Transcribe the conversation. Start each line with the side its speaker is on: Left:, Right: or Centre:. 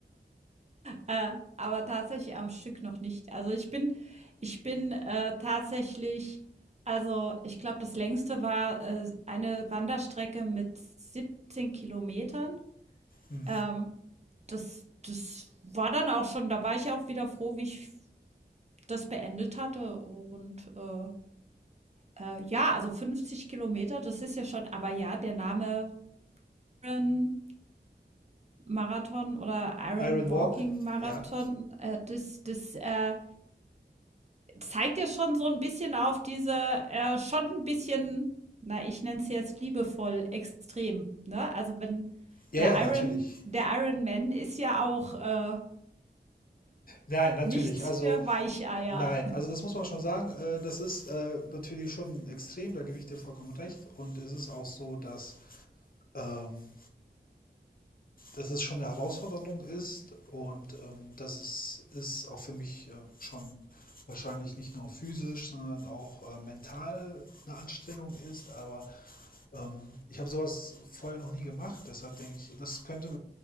Right: äh, aber tatsächlich am Stück noch nicht. Also ich bin, ich bin äh, tatsächlich, also ich glaube, das längste war äh, eine Wanderstrecke mit 17 Kilometern.
Left: Hm.
Right: Ähm, das, das war dann auch schon, da war ich auch wieder froh, wie ich das beendet hatte und äh, Äh, ja, also 50 Kilometer, das ist ja schon aber ja, der Name Iron Marathon oder Iron
Left: Iron
Right: Walking
Left: Walk,
Right: Marathon,
Left: ja.
Right: äh, das, das äh, zeigt ja schon so ein bisschen auf diese, äh, schon ein bisschen, na, ich nenne es jetzt liebevoll, extrem. Ne? Also wenn
Left: Ja,
Right: der
Left: ja,
Right: Iron,
Left: natürlich.
Right: der Iron Man ist ja auch äh,
Left: Nein, natürlich.
Right: nichts
Left: Also
Right: für Weicheier.
Left: nein, also das muss man schon sagen. Äh, das ist äh, natürlich schon extrem, da gebe ich dir vollkommen recht. Und es ist auch so, dass ähm, dass es schon eine Herausforderung ist und ähm, dass es ist auch für mich äh, schon wahrscheinlich nicht nur physisch, sondern auch äh, mental eine Anstrengung ist. Aber ähm, ich habe sowas vorher noch nie gemacht, deshalb denke ich, das könnte,